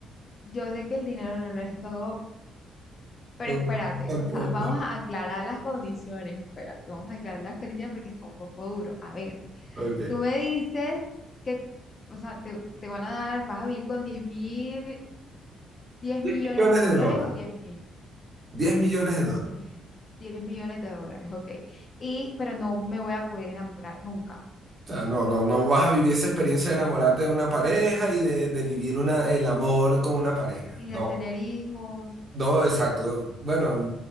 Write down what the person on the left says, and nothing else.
yo sé que el dinero no lo es todo, pero
espérate,
o sea, vamos a aclarar las condiciones, espérate, vamos a aclarar las condiciones porque está un poco duro. A ver,
Tú me dices que, o sea, te, te van a dar, vas a vivir con diez mil, diez millones
de
dólares
o diez mil.
Ok. diez millones de dólares, ok. Y, pero no me voy a poder enamorar nunca.
Y
de tener hijos, o